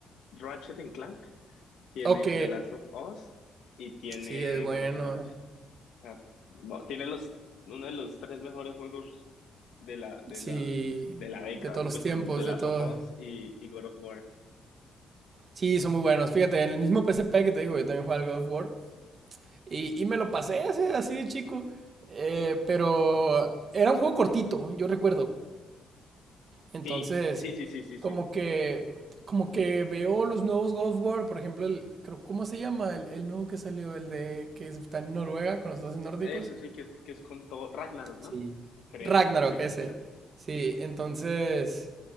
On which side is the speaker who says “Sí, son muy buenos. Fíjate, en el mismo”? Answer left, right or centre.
Right